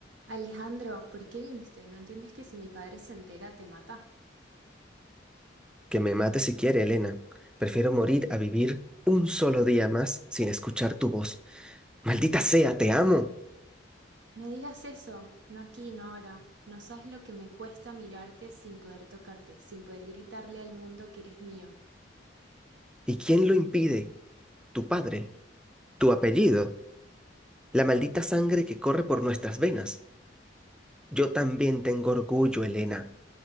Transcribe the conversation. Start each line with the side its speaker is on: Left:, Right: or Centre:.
Right: Alejandro, ¿por qué viniste? ¿No entiendes que si mi padre se entera te mata?
Centre: Que me mate si quiere, Elena. Prefiero morir a vivir un solo día más sin escuchar tu voz. Maldita sea, te amo.
Right: No digas eso, no aquí, no ahora. No sabes lo que me cuesta mirarte sin poder tocarte, sin poder gritarle al mundo que eres mío.
Centre: ¿Y quién lo impide? Tu padre, tu apellido, la maldita sangre que corre por nuestras venas. Yo también tengo orgullo, Elena,